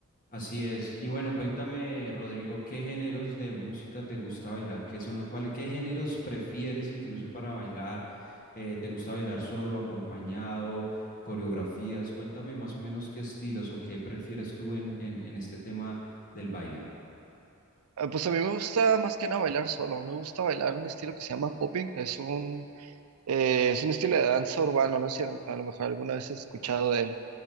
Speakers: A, on the left (about 40°); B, on the right (about 85°).
A: Así es. Y bueno, cuéntame, Rodrigo, ¿qué géneros de música te gusta bailar? ¿Qué son lo cual, qué géneros prefieres incluso para bailar? Eh, ¿te gusta bailar solo, acompañado, coreografías? Cuéntame más o menos qué estilos o qué prefieres tú en, en, en este tema del baile.
B: Ah, Pues a mí me gusta más que nada bailar solo, me gusta bailar un estilo que se llama popping, es un, eh, es un estilo de danza urbano, no sé si a lo, a lo mejor alguna vez has escuchado de él.